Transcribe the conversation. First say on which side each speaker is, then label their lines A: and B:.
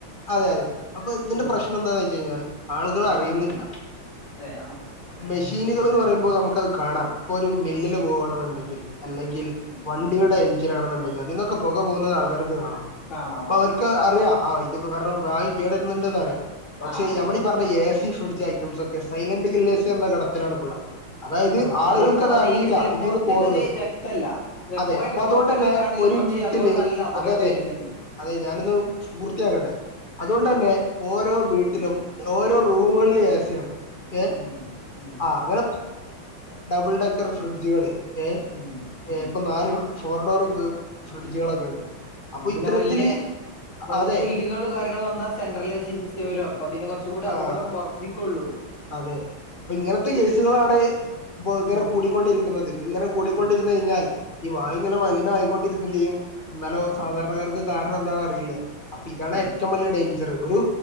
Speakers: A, on the left; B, on the left.
A: അതെയതെ അപ്പൊ ഇതിന്റെ
B: ഉം
A: പ്രശ്നം എന്താന്ന് വച്ച് കഴിഞ്ഞാൽ ആളുകളറിയുന്നില്ല
B: ഉം അതെ ആഹ്
A: മെഷീനുകള് എന്ന് പറയുമ്പോ നമ്മുക്കത് കാണാം ഇപ്പൊ ഒരു മില്ലില്
B: ആഹ്
A: പോകാണന്നുണ്ടെങ്കിൽ അല്ലെങ്കി ങ്കിൽ
B: ഉം
A: വണ്ടിയുടെ എഞ്ചിനാണെന്നുണ്ടെങ്കിൽ അതിന്നൊക്കെ പുക പോകുന്നത് ആൾക്കാർക്ക് കാണാം
B: കാണാം ആഹ്
A: ക്ക് അറിയാം ആഹ് ഇതിപ്പൊ കാരണം വായു <unintelligible> അറിയാം പക്ഷേ
B: ആഹ് ആഹ്
A: നമ്മളീ പറഞ്ഞ എ സി ഫ്രിഡ്ജ് ഐറ്റംസൊക്കെ സൈലന്റ് കില്ലേഴ്‌സിൽ <unintelligible> അതായത്
B: ആഹ്
A: ആളുകൾക്കതറിയില്ല
B: അത് അറിയിക്കുന്നില്ല
A: ഇതിന്ന്
B: പൊറത്തേക്ക്
A: പോകുന്നുള്ളത്
B: അത് വ്യക്തല്ല വ്യക്തമായിട്ട്
A: അതെ അപ്പം അതുകൊണ്ട്
B: പൊറത്തേക്ക്
A: <unintelligible>
B: അത് കാണില്ല
A: ഒരു
B: പക്ഷെ
A: വീട്ടില്
B: അതുകൊണ്ട് നല്ല അപകടം
A: അതെ
B: വരുന്നുണ്ട്
A: അതെ അതെ ഞാനൊന്ന് പൂർത്തിയാക്കട്ടെ അതുകൊണ്ട്
B: ഉം
A: തന്നെ ഓരോ വീട്ടിലും ഓരോ റൂമുകളിലും ഏ സി ആണ് ഏഹ്
B: ഉം ഉം
A: ആഹ് അങ്ങനെ ഡബിൾ ഡെക്കർ ഫ്രിഡ്ജുകള് ഏഹ്
B: ഉം ഉം
A: ഏഹ് ഇപ്പം നാല് ഫോർ ഡോർ ഫ്രിഡ്ജുകളൊക്കെ ഉണ്ട് അപ്പൊ
B: പിന്നെ
A: ഇത്തരത്തില്
B: വല്യ വല്യ
A: അതെ
B: ബിൽഡിങ്ങ്കളും കാര്യങ്ങളും വന്നാ സെൻട്രലൈസി സിസ്റ്റം വരും അപ്പൊ അതിന് കൊറ ച്ചുകൂടി അപകടം
A: ആ
B: വർദ്ധിക്കൊള്ളൂ
A: അതെ ഇപ്പ ഇങ്ങനത്തെ കേസുകളാണ് ഇപ്പൊ ഇങ്ങനെ
B: ഉം
A: കൂടിക്കൊണ്ടിരിക്കുന്നത് ഇങ്ങനെ കൂടിക്കൊണ്ടിരുന്ന്
B: ഉം
A: കഴിഞ്ഞാൽ ഈ വായു ഇങ്ങനെ മലിനമായിക്കൊണ്ടിരിക്കയും ചെയ്യും എന്നാലോ
B: ഉം
A: സാധാരണക്കാർക്ക് കാരണം എന്താന്നറിയില്ല അപ്പം ഇതാണേറ്റവും
B: ഉം
A: വല്ല്യ ഡേഞ്ചർ ഒരു